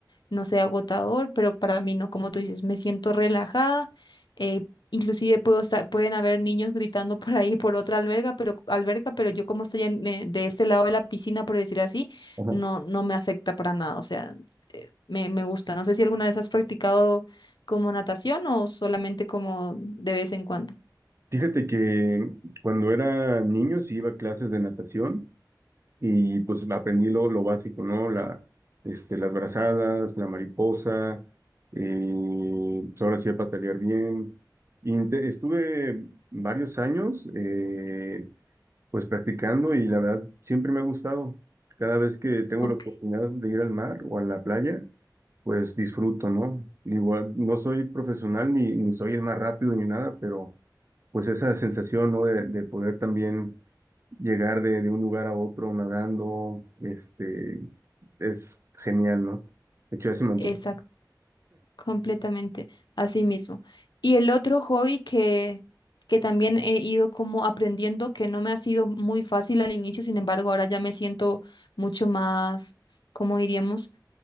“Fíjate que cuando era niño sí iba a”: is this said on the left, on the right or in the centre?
Right